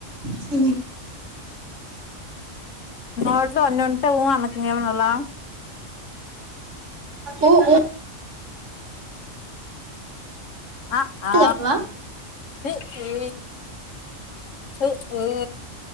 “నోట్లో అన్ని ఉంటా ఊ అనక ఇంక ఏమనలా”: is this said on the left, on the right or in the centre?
Left